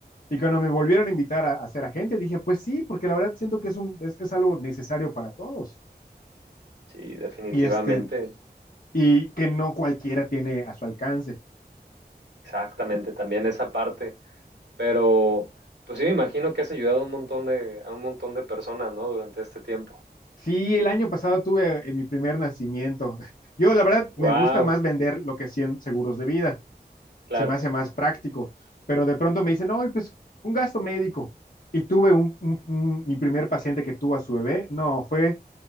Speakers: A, on the left; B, on the right.
A: Y cuando me volvieron a invitar a, a ser agente, dije, pues sí, porque la verdad siento que es, un, es, es algo necesario para todos
B: sí, definitivamente,
A: y, este, y que no cualquiera tiene a su alcance.
B: exactamente, también esa parte, pero pues sí, me imagino que has ayudado a un montón de, a un montón de personas, ¿no? Durante este tiempo.
A: Sí, el año pasado tuve eh, mi primer nacimiento. <laughs> Yo, la verdad, me
B: Wow,
A: gusta más vender lo que 100 seguros de vida.
B: claro.
A: Se me hace más práctico. Pero de pronto me dicen, no, pues un gasto médico. Y tuve un, un- un- mi primer paciente que tuvo a su bebé. No, fue